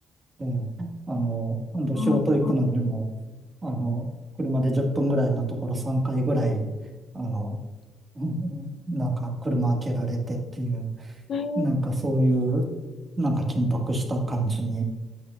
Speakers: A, on the right; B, on the left.
A: で、あの、今度仕事行くのにも、
B: あ
A: あの、車で10分ぐらいのところ3回ぐらい、あの、うんなんか車開けられてっていう、
B: ー、えー
A: なんかそういう、なんか緊迫した感じに